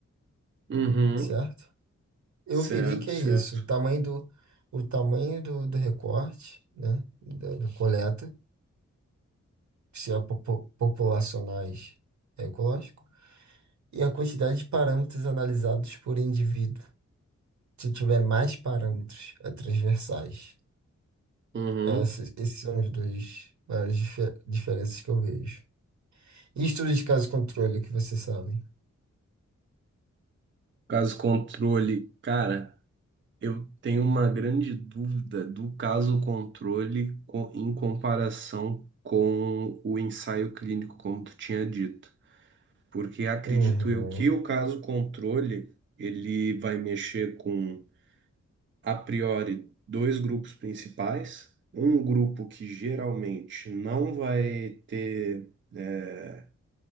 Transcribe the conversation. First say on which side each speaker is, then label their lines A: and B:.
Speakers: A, on the right; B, on the right.
A: Uhum.
B: certo? Eu
A: Certo,
B: virei que é
A: certo.
B: isso, o tamanho do, o tamanho do, do recorte, né, da, da coleta, se é popo- populacionais, é ecológico, e a quantidade de parâmetros analisados por indivíduo. Se tiver mais parâmetros, é transversais.
A: Uhum.
B: Essas, esses são os dois as diferenças que eu vejo. E estudo de caso controle, que vocês sabem.
A: Caso controle, cara, eu tenho uma grande dúvida do caso controle co- em comparação com o ensaio clínico, como tu tinha dito. Porque acredito
B: Uhum.
A: eu que o caso controle, ele vai mexer com a priori, dois grupos principais. Um grupo que geralmente não vai ter é,